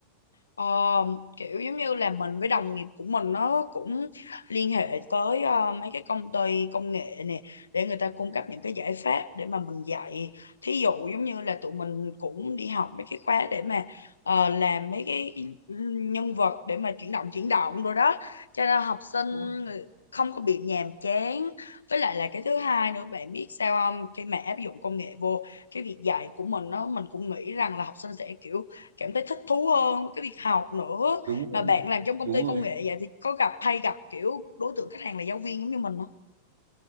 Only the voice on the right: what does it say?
Đó.
đúng rồi
đúng
rồi